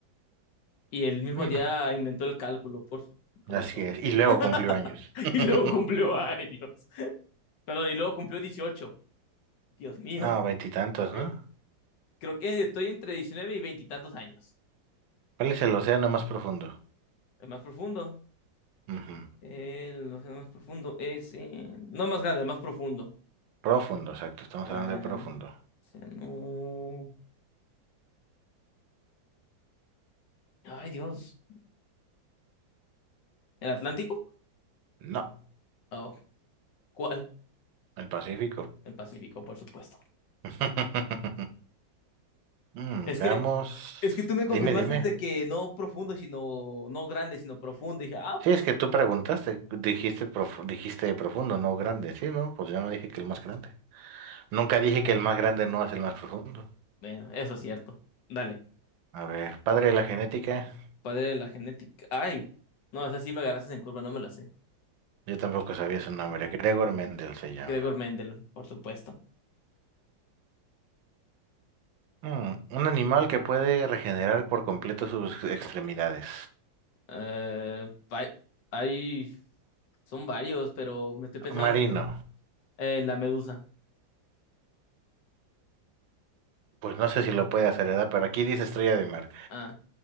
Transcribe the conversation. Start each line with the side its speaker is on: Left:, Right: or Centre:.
Left: Y el mismo
Right: Mm,
Left: día inventó el cálculo, por supuesto.
Right: así es, y
Left: <laughs>
Right: luego cumplió años. <laughs>
Left: Y luego cumplió años. Perdón, y luego cumplió 18. Dios mío.
Right: No, veintitantos,
Left: Sí.
Right: ¿no?
Left: Creo que estoy entre 19 y veinte y tantos años.
Right: ¿Cuál es el océano más profundo?
Left: El más profundo.
Right: Ujú.
Left: El océano más profundo es. eh, no el más grande, el más profundo.
Right: Profundo, exacto. Estamos
Left: El
Right: hablando de profundo.
Left: océano- Ay, Dios. ¿El Atlántico?
Right: No,
Left: Oh, ¿cuál?
Right: el Pacífico.
Left: El Pacífico, por supuesto.
Right: <laughs> Mm,
Left: Es
Right: veamos.
Left: que, es que tú me confirmaste
Right: Dime, dime.
Left: de que no profundo, sino. No grande, sino profundo. Y dije, ah,
Right: Sí,
Left: pues.
Right: es que tú preguntaste, dijiste, profu- dijiste profundo, no grande. Sí, no, pues yo no dije que el más grande. Nunca dije que el más grande no es el más profundo.
Left: Bueno, eso es cierto. Dale.
Right: A ver, padre de la genética.
Left: Padre de la genética. Ay. No, esa sí me agarraste en curva, no me la sé.
Right: Yo tampoco sabía su nombre. Gregor Mendel se llama.
Left: Gregor Mendel, por supuesto.
Right: Mm, un animal que puede regenerar por completo sus extremidades.
Left: Eh, hay, hay- son varios, pero me estoy pensando
Right: Marino.
Left: entre eh, la medusa.
Right: Pues no sé si lo puede hacer, ¿verdad? Pero aquí dice estrella de mar.
Left: Ah,